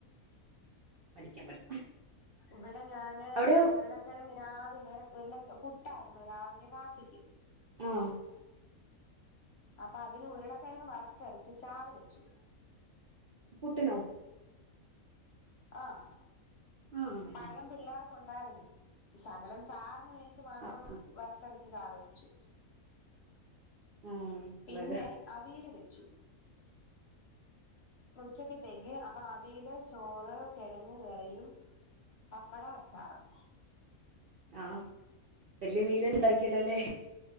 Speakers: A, on the right (about 60°); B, on the left (about 55°).
A: പഠിക്കാൻ പഠി
B: ഇവിടെ ഞാന്
A: അവിടെയോ
B: ഉരുളക്കിഴങ്ങ് രാവിലെ ഉരുള പുട്ടായിരുന്നു രാവിലെ കാപ്പിക്ക്
A: ആ
B: അപ്പൊ അതിന് ഉരുളക്കിഴങ്ങ് വറുത്തരച്ച് ചാറ് വെച്ചു
A: പുട്ടിനൊ
B: ആഹ്
A: ആഹ്
B: പഴം പിള്ളേർക്കുണ്ടായിരുന്നു ശകലം ചാറിന് വേണ്ടീട്ട് മാത്രം
A: ആഹ്
B: വറത്തരച്ച് ചാറ് വെച്ചു
A: ആഹ്
B: പിന്നെ
A: വളരെ
B: അവിയല് വെച്ചു ഉച്ചത്തേക്ക് അപ്പൊ അവിയല് ചോറ് കിഴങ്ങ് കറിയും പപ്പടവും അച്ചാറും
A: ആഹ് വലിയ മീന് ഉണ്ടാക്കിയല്ലോ അല്ലോ